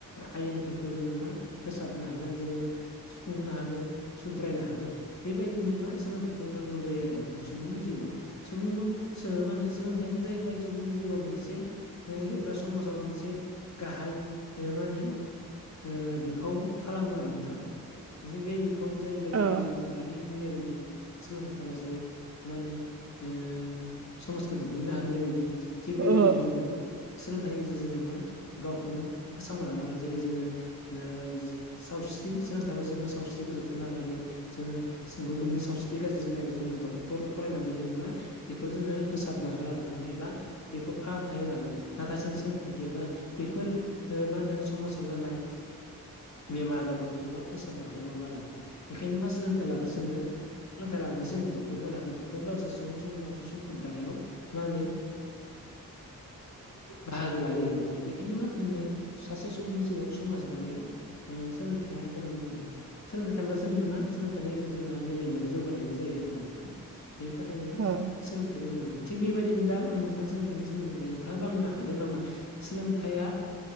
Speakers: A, on the left; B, on the right.
A: आयेनफोरखौ जोङो मा फोसाबनो हागोन जोङो सुफुंनो हागोन सुद्रायनो हागोन बेबायदिनो मा सोलोंथाइखौ नांगौ जायो आरो नोंथाङा सुबुंनि जिउआव सुबुंङाव मा होनो सोलोंथाइयानो जाहैबाय सुबुंनि जिउआव मोनसे एबा समाजाव मोनसे गाहाय ओ मा होनो ओ बिफाव खालामो आरो नोंथां। जे बे बि फन जाहैबाय जेरै
B: औ
A: जोङो दानि बुंनाय बायदिनो सोलोंथाइ थाबाबसो मा होनो ओ समाजखौ दैदेननो हागोननाय बायदि थिग बेबायदिनो
B: औ
A: जों नोमा सोलोंथाइनि गेजेरजों जोङो मा गावखौनो फोसावना लानो हागोन जेरै जोङो ओ सावस्रि सोलों थाबा जोङो सावस्रिखौ जोथोन लानो हागोन जोङो गुबुननि सावस्रि गाज्रि जानायखौ जोङो डक्टर फरायनानै जोङो मा बेखौ जोङो फोसाबनो हागोन आरो थाङ एबा बेखौ फाहामथाय होनो हागोन। नाथाय जों सोलोंथाइ गैयाबा बेफोर ओ मा होनो समाजाव जानाय बेमार आजारफोरखौ जों मा फोसाबनो हानाय नङा आरो नोंथां बेखायनो मा सोलोंथाइ लाब्ला जोङो लोंथाइ लानानैसो डक्टर जानो हागोन, डक्टरफ्रासो सु सुबुं सम सम्फद दानायाव मा होनो बाहागो लायो आरो दा बेखायनो मा जोंनो सासे सुबुंनि जिउआव समाज दानायाव ओ सोंलोंथाया गोनङो आरो सोलोंथाइ थायोब्लासो जोंनो मा सोलोंथाइनि गेजेरजों जोंना मेलेमारि जौगानायाबो जायो आरो नोंथां। बेनि थाखाय बेखायनोमा
B: औ
A: सोलोंथाइखौ जोंलानांगौ थिग बेबायदिनो दा आं नोंथांा सोलोंथाइनि सोमोन्दै बुंबाय नोंथाङाबो आंनो हागोन नामा सोलोंथाइया